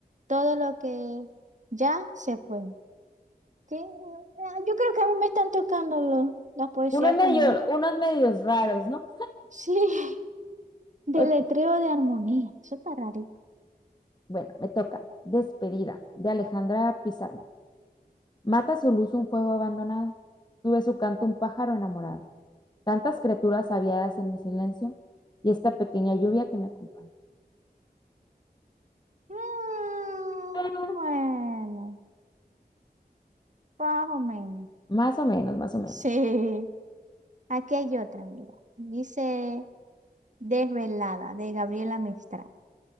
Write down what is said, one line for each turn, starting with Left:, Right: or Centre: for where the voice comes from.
Right: todo lo que ya se fue. Que, eh, Yo creo que a mí me están tocando lo- la poesía
Left: Unos
Right: como,
Left: medio, unos medios raros, ¿no?
Right: sí, <laughs> deletreo
Left: Ok,
Right: de armonía, eso está rarito.
Left: Bueno, me toca. Despedida de Alejandra Pizarro. Mata su luz un fuego abandonado. Sube su canto un pájaro enamorado. Tantas criaturas aviadas en mi silencio y esta pequeña lluvia que me acompaña.
Right: Mm,
Left: Ah,
Right: bueno, más o menos.
Left: Más o menos, más o menos.
Right: Sí. Aquí hay otra, mira. Dice Desvelada, de Gabriela Mistral.